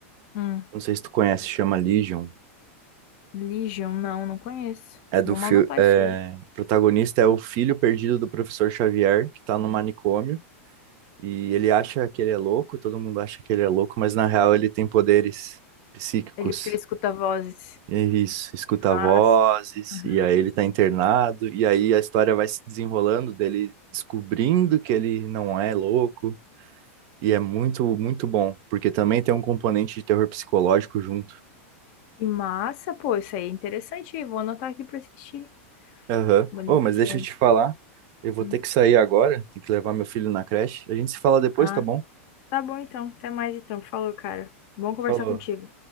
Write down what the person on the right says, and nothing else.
Não sei se tu conhece, chama Legion.
É do
fi-
é,
o protagonista é o filho perdido do professor Xavier, que tá no manicômio. E ele acha que ele é louco, todo mundo acha que ele é louco, mas na real ele tem poderes psíquicos.
É Isso, escuta
vozes,
e aí ele tá internado, e aí a história vai se desenrolando dele descobrindo que ele não é louco, e é muito, muito bom, porque também tem um componente de terror psicológico junto.
Aham.
Ô, mas deixa eu te falar, eu vou
ter que sair agora, tenho que levar meu filho na creche. A gente se fala depois,
tá bom?
Falou.